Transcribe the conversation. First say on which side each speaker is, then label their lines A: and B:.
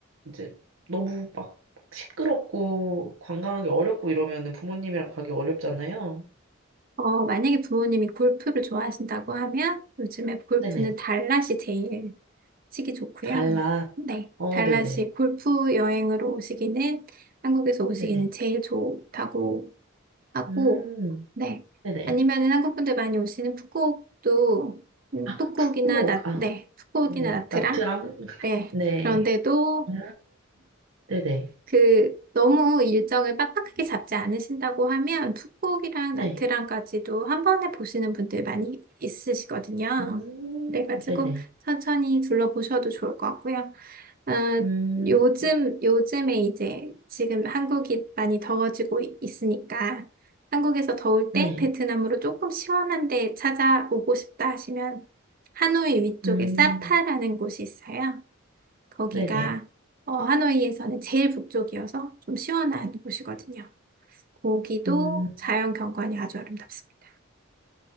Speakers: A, on the right; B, on the right.
A: 이제 너무 막 시끄럽고 관광하기 어렵고 이러면은 부모님이랑 가기 어렵잖아요.
B: 어, 만약에 부모님이 골프를 좋아하신다고 하면 요즘에 골프는
A: 네네
B: 달랏이 제일 치기 좋고요.
A: 달라
B: 네,
A: 어
B: 달랏이
A: 네네
B: 골프 여행으로 오시기는 한국에서 오시기는
A: 네네
B: 제일 좋다고 하고,
A: 음
B: 네.
A: 네네
B: 아니면은 한국 분들 많이 오시는 푸꾸옥도 음,
A: 아
B: 푸꾸옥이나
A: 북극
B: 나,
A: 아
B: 네, 푸꾸옥이나
A: 네네
B: 나트랑,
A: 나트랑 <laughs>
B: 네.
A: 네
B: 그런데도
A: 아, 네네
B: 그 너무 일정을 빡빡하게 잡지 않으신다고 하면 풋고기랑
A: 네
B: 나트랑까지도 한 번에 보시는 분들 많이 있으시거든요.
A: 음,
B: 그래가지고
A: 네네.
B: 천천히 둘러보셔도 좋을 것 같고요. 어,
A: 음,
B: 요즘, 요즘에 이제 지금 한국이 많이 더워지고 이- 있으니까 한국에서 더울 때
A: 네.
B: 베트남으로 조금 시원한 데 찾아오고 싶다 하시면 하노이 위쪽에
A: 음,
B: 사파라는 곳이 있어요. 거기가
A: 네네.
B: 어, 하노이에서는 제일 북쪽이어서 좀 시원한 곳이거든요. 거기도
A: 음,
B: 자연 경관이 아주 아름답습니다.